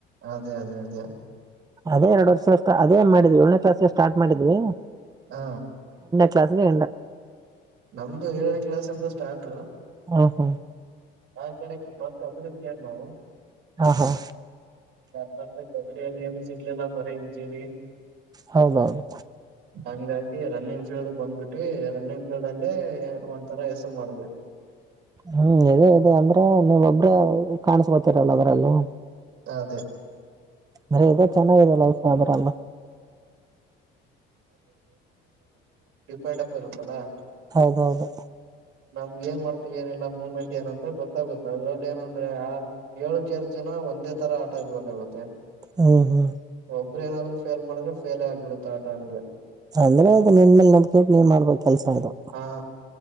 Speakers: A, on the right; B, on the right.
A: ಅದೇ ಅದೇ ಅದೇ
B: ಅದೇ ಎರಡ್ ವರ್ಷದ ಅದೇ ಮಾಡಿದ್ವಿ ಏಳನೇ ಕ್ಲಸ್ಗೆ ಸ್ಟಾರ್ಟ್ ಮಾಡಿದ್ವಿ
A: ಹಾ
B: ಕ್ಲಾಸ್ಸಿಗೆ
A: ನಮ್ದು ಏಳನೇ ಕ್ಲಾಸ್ದ ಸ್ಟಾರ್ಟು
B: ಹಾ ಹಾ
A: ಆ ಕಡೆ ಕಬಡ್ಡಿ ಪ್ಲೇಯರ್ ನಾವು
B: ಹಾ ಹಾ
A: ತ ಕಬಡ್ಡಿ ಅಲ್ಲಿ ಅನು ಸಿಗ್ಲಲ್ಲ ಬರ ಇಂಜುರಿ
B: ಹೌದೌದು
A: ಹಂಗಾಗಿ ರನ್ನಿಂಗ್ ಫೀಲ್ಡ್ ಬಂದ್ಬಿಟ್ಟವಿ ರನ್ನಿಂಗ್ ಲ್ಲೇ ಒಂತರ ಹೆಸ್ರು ಮಾಡಬೇಕ
B: ಹ್ಮ್ ಇದೇ ಇದೆ ಅಂದ್ರೆ ನೀವ ಒಬ್ರೇ ಕಾಣಸ್ಬೊತ್ತರಲ್ಲ ಅದ್ರಲ್ಲಿ
A: ಅದೇ
B: ಅಂದ್ರೆ ಇ ಚೆನ್ನಾಗಿದೆ ಲೈಫ ಅ್ರಲ್ಲ
A: ಪ್ಪಂಡಪ್ಪ ಇರುತ್ತಲ್ಲಾ
B: ಹೌದೌದು
A: ನಮ್ಗ್ ಏನ್ ಮಾಡ್ತವಿ ಏನಿಲ್ಲ ಮೂವ್ಮೆಂಟ್ ಏನಂತ ಗೊತ್ತಾಗುತ್ತೆ ಅದ್ರಲ್ಲಿ ಏನಂದ್ರೆ ಆ ಏಳು ಕೆಸ್ ಜನ ಒಂದೇ ತರ ಆಟ ಇರ್ಬೇಕಾಗುತ್ತೆ
B: ಹ್ಮ ಹ್ಮ್
A: ಒಬ್ಬರು ಏದ್ರು ಫೇಲ್ ಮಾಡ್ರೆ ಫೇ ಆಗ್ಬ ಬಿಡುತ್ತ ಆಟ ಹಂ
B: ಅಂದ್ರೆ ಅದು ನಿನ್ಲೆ ನಡ್ಕ ನೀನ್ ಮಾಡ್ಬೇಕ ಕೆಲ್ಸ ಇದು
A: ಹಾ